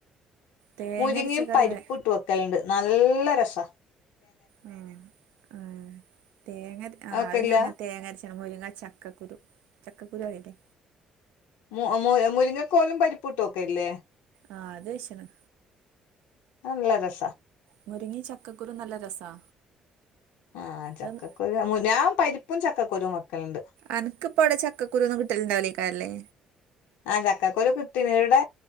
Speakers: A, on the right; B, on the left.
A: തേങ്ങ
B: മുരിങ്ങയും
A: അരച്ച കറി
B: പരിപ്പും
A: വെ
B: ഇട്ട് വക്കലുണ്ട് നല്ല രസ
A: ആ ആ തേങ്ങര ആ
B: അതൊക്കെല്ല
A: അത് ഞ തേങ്ങര മുരിങ്ങ ചക്കക്കുരു ചക്കക്കുരു ആയിലെ
B: മു മു മുരിങ്ങക്കോലും പരിപുട്ടക്കെല്ലേ
A: ആ അതേശന്
B: നല്ല രസ്
A: മുരിങ്ങി ചക്കക്കുരു നല്ല രസാ
B: ആ ചക്കക്കൊരു
A: അത്
B: ഞാൻ പരിപ്പും ചക്കക്കൊരു വെക്കല്ണ്ട്
A: അനക്ക് ഇപ്പവടെ ചക്കരു ഒന്നും കിട്ടലണ്ടാവില്ലേക്കാരല്ലേ
B: ആ ചക്കകുരു കിട്ടീൻ ഇവിടെ